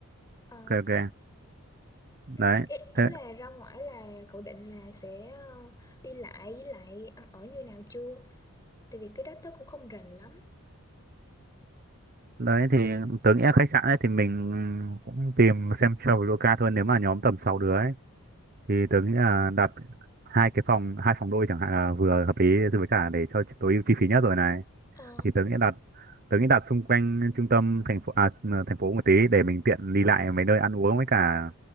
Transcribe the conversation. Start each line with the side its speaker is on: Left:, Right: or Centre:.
Left: ờ,
Right: ok ok đấy
Left: ừ. ý, ý
Right: Thế
Left: là ra ngoài là cậu định là sẽ ờ, đi lại với lại ăn ở như nào chưa tại vì cái đó tớ cũng không rành lắm
Right: đấy thì tớ nghĩ là khách sạn ấy thì mình cũng tìm xem Traveloka thôi nếu mà nhóm tầm 6 đứa ấy thì tớ nghĩ là đặt hai cái phòng hai phòng đôi chẳng hạn là vừa hợp lý với cả để cho tối ưu chi phí nhất rồi này
Left: ờ,
Right: thì tớ nghĩ đặt tớ nghĩ đặt xung quanh trung tâm thành phố à, thành phố một tí để mình tiện đi lại mấy nơi ăn uống với cả